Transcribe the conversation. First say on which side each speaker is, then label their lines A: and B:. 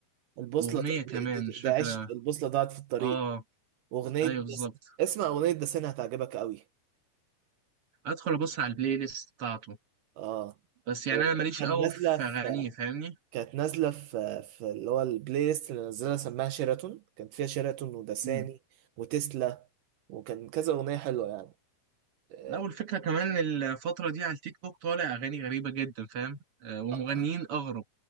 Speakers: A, on the right (about 80°); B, on the right (about 45°).
A: البوصلة
B: وأغنية
A: ده,
B: كمان
A: ده,
B: مش
A: ده
B: فاكرة
A: عشق البوصلة ضاعت في الطريق
B: اه
A: اغنيه
B: أيوه بالظبط
A: دس... اسمع اغنيه دسين هتعجبك قوي
B: أدخل أبص على البلاي ليست بتاعته
A: اه
B: بس يعني أنا ماليش
A: كان
B: قوي
A: نازله
B: في
A: في
B: أغانيه فاهمني؟
A: كانت نازله في في اللي هو البلاي ليست اللي نزلها سماها شيراتون كانت فيها شيراتون ودساني
B: مم.
A: وتسلا وكان كذا اغنيه حلوه يعني آه،
B: لا والفكرة كمان الفترة دي على التيك توك طالع أغاني غريبة جدا فاهم؟ آه ومغنيين
A: آه،
B: أغرب